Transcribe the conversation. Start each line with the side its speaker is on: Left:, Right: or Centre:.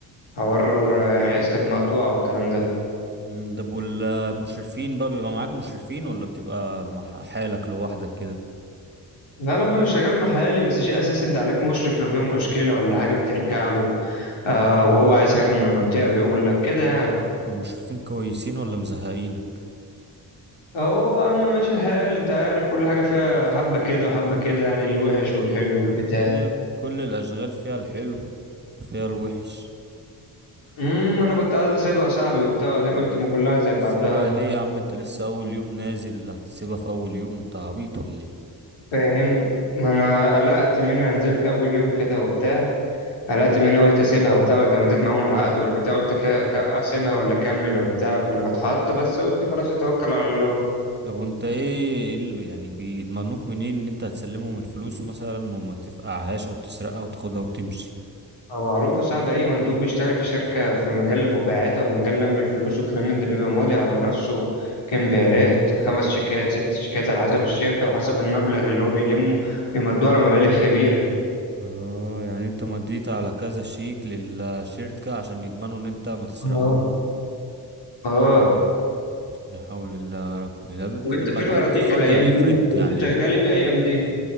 Left: حوار آه، اسكت مقطوعه والكلام ده
Right: مم، ده والمشرفين بقى بيبقى معاك مشرفين ولا بتبقى مع حالك لوحدك كده
Left: ده انا لما شغال محلي بس شيء اساسي انت عليك مشرف لو في مشكله ولا حاجه بترجع له آه، وهو عايز حاجه من المنطقه بيقول لك كده يعني
Right: والمشرفين كويسين ولا مزهقينك
Left: اهو يا عم ماشي الحال انت عارف كل حاجة فيها حبة كده وحبة كده يعني اللي وحش والحلو والبتاع
Right: ما هي كل الأشغال فيها الحلو وفيها الوحش
Left: امم انا كنت عايز اسيبها يا صاحبي وبتاع وبعدين قلت ما كلها زي بعضها
Right: سيبها ليه يا عم انت لسه أول يوم نازل هتسيبها في أول يوم انت عبيط ولا ايه
Left: فاهم ما انا قلقت منها نزلت اول يوم كده وبتاع قلقت منها قلت اسيبها وبتاع بعد ما اديت معاهم العقد والبتاع قلت ك- ك- اسيبها ولا اكمل وبتاع لما اتحط بس قلت خلاص اتوكل على الله
Right: طب وانت ايه ايه اللي يعني بيضمنوك منين ان انت هتسلمهم الفلوس مثلا وما تفقعهاش او تسرقها وتاخدها وتمشي
Left: هو معروف يا صاحبي أي مندوب بيشتغل في شركة في مجال المبيعات أو مجال لم الفلوس والكلام من ده بيبقى ماضي على نفسه كمبيالات خمس شيكات ست شيكات على حسب الشركة وحسب المبلغ اللي هو بيلمه بيمدوه على مبالغ كبيرة
Right: اه يعني انت مديت على كذا شيك للشركة عشان يضمنوا ان انت ما تسرقهم
Left: اه آه.
Right: لا حول الله يا رب ده يا ابني
Left: وأنت
Right: لما
Left: فين
Right: الحاجات
Left: أراضيك
Right: دي خطر
Left: الأيام
Right: افرض
Left: دي؟
Right: يعني
Left: أنت شغال إيه الأيام دي؟